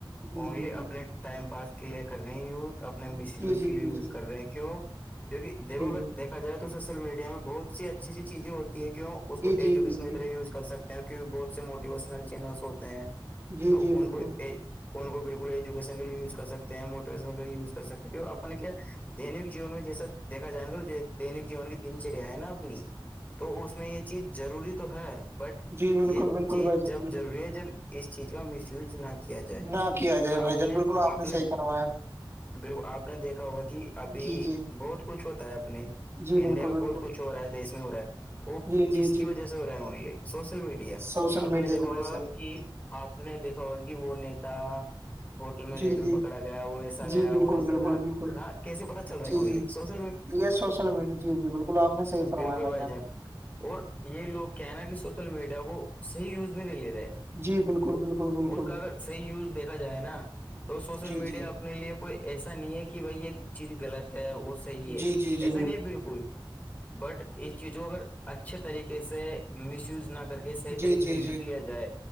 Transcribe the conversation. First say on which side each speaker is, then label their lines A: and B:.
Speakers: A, on the right; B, on the left.
A: جی
B: اونلی
A: جی جی
B: اپنے ٹائم پاس کے لیے کر رہے ہیں یوز اپنے
A: جی
B: مس یوز
A: جی
B: کے
A: جی
B: لیے یوز
A: جی
B: کر رہے ہیں کیوں کیوںک
A: جی
B: دیکھو اگر دیکھا جائے تو سوشل میڈیا میں بہت سی اچھی اچھی چیزیں ہوتی ہے کیوں اس
A: جی
B: کو
A: جی
B: ایجوکیشن
A: جی جی
B: کی طرح یوز کر سکتے ہیں کیہ بہت سے موٹیوینل چینلس ہوتے ہیں
A: جی
B: تو
A: جی
B: ان
A: بالکل
B: کو ان کو بالکل ایک ز کر سکتے ہیں موٹیوین لیےز کر سکتے ہیں اپنے کیا دینک جیون میں جیسا دیکا جائے گا دینک جیون کی دن چریا ہے نا اپنی تو اس میں یہ چیز ضروری تو ہے بٹ
A: جی بالکل
B: یہ
A: بالکل
B: چیز
A: بھائی جان
B: جب
A: بالکل
B: ضروری ہے جب اس چیز کا مس یوز نہ کیا جائے
A: نہ کیا جائے
B: آپ
A: بھائی جان
B: نے
A: بالکل آ
B: آپ
A: نے صحی فرمایا <unintelligible>
B: بالکل آپ نے دیکھا ہوگا کہ ابھی
A: جی جی
B: بہت کچھ ہوتا ہے اپنے
A: جی
B: انڈیا
A: بالکل
B: میں
A: بالکل
B: بہت کچھ ہو رہا ہے دیش میں ہو رہا ہے وہ
A: جی جی
B: کس کی
A: جی
B: وجہ سے ہو رہا ہے ان سوشل میڈیا
A: سوشل
B: آپ
A: میڈیا
B: نے دیکھا
A: کی وجہ
B: ہوگا
A: سے
B: کہ آپ نے دیکھا ہوگا کہ وہ نیتا ہوٹل میں
A: جی
B: ریڈ
A: جی
B: میں پکڑا گیا وہ ایسا
A: جی
B: گیا
A: بالکل
B: وہ ایسا
A: بالکل
B: گیا
A: بالکل
B: ہاں کیسے پتا چل رہا
A: جی
B: ہے مے
A: جی
B: لیے سوچ
A: یہ سوشل میڈیا جی جی بالکل آپ نے صحی فرمایا
B: بالکل بھائی
A: بھیا
B: جان
A: <unintelligible>
B: اور یہ لوگ کہناا کہ سوشل میڈیا کو صحیح یوز میں نہیں لے رہے
A: جی بالکل بالکل بالکل
B: اس کا اگر صحیح یوز دیکھا جائے نا تو سوشل
A: جی
B: میڈیا
A: جی
B: اپنے لیے کوئی ایسا نہیں ہے کہ بھائی یہ چیز غلط ہے وہ صحیح ہے
A: جی جی جی
B: ایسا نہیں بالکل بٹ اس چیز کو اگر اچھے طریقے سے مس یوز نہ کر کے صحیح
A: جی
B: طریقے
A: جی
B: سے یوز
A: جی
B: لیا جائے